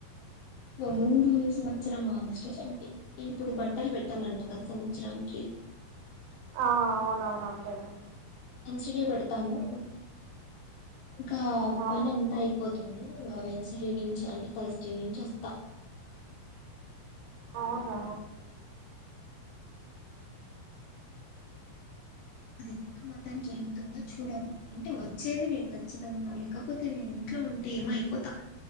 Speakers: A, on the left (about 75°); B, on the right (about 80°).
A: ముందు సంవత్సర ఆగస్టే చనిపోయింది. ఇప్పుడు బట్టలు పెట్టాలంట కదా సంవత్సరానికి
B: ఆ అవుననవును అంటేనే
A: ఎన్సిడే పెడతాము ఇంకా
B: ఆహా
A: పని అంత అయిపోదు అ వెన్స్డే నుంచి అంటే థర్స్డే నుంచి వస్తా
B: అవునా
A: అది ఎంత మతాం జరుగుతుందో చూడము. అంటే వచ్చేది నేను ఖచ్చితంగా లేకపోతే నేను ఇంట్లో లో ఉంటే ఏమో అయిపోతా,